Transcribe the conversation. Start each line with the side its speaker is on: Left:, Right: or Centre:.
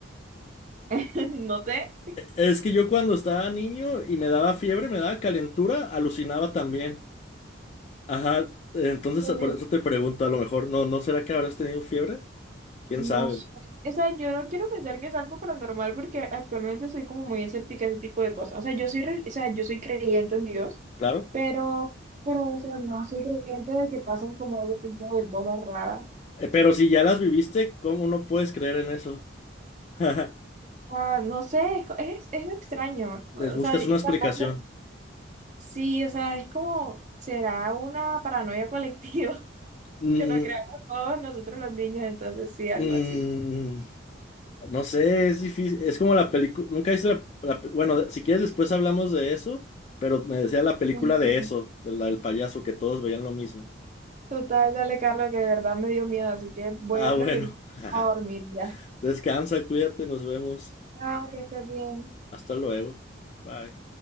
Right: <laughs> No sé,
Left: Es que yo cuando estaba niño y me daba fiebre, me daba calentura, alucinaba también. Ajá, entonces
Right: pero
Left: por eso te pregunto, a lo mejor, no, ¿no será que habrás tenido fiebre? ¿Quién
Right: no
Left: sabe?
Right: sé. O sea, yo no quiero pensar que es algo paranormal porque actualmente soy como muy escéptica a ese tipo de cosas. O sea, yo soy, re- o sea, yo soy creyente en Dios,
Left: Claro.
Right: pero, pero, o sea, no soy creyente de que pasan como ese tipo de cosas raras.
Left: Eh, pero si ya las viviste, ¿cómo no puedes creer en eso? <laughs>
Right: Ah, no sé, es, co- es, es extraño. O
Left: Les
Right: sea,
Left: buscas
Right: y
Left: una
Right: tampoco.
Left: explicación.
Right: Sí, o sea, es como, será una paranoia colectiva <laughs>
Left: Mm,
Right: que nos creamos todos nosotros los niños, entonces sí, algo
Left: mm,
Right: así.
Left: no sé, es difícil, es como la película, nunca viste la, la pe- bueno, de- si quieres después hablamos de eso, pero me decía la película
Right: Mm.
Left: de eso, de la del payaso, que todos veían lo mismo.
Right: Total, dale, Carlos, que de verdad me dio miedo, así que voy
Left: Ah,
Right: a preferir
Left: bueno. <laughs>
Right: a dormir ya.
Left: Descansa, cuídate, nos vemos.
Right: Ah, que estés bien.
Left: Hasta luego. Bye.